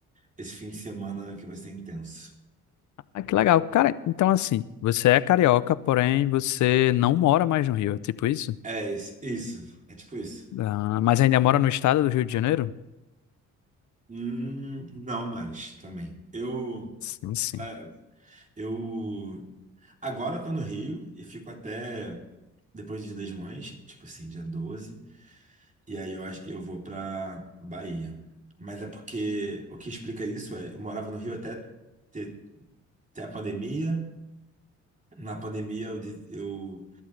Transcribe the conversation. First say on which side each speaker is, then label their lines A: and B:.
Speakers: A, on the right; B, on the left.
A: Esse fim de semana que vai ser intenso.
B: Ah, que legal. Cara, então assim, você é carioca, porém você não mora mais no Rio, é tipo isso?
A: É isso, isso, é tipo isso.
B: Ah, mas ainda mora no estado do Rio de Janeiro?
A: Hum, não mais também. Eu,
B: Sim, sim.
A: é, eu agora tô no Rio e fico até depois do Dia das Mães, tipo assim, dia 12 e aí eu acho que eu vou pra Bahia. Mas é porque o que explica isso é, eu morava no Rio até ter, ter a pandemia. Na pandemia eu, de- eu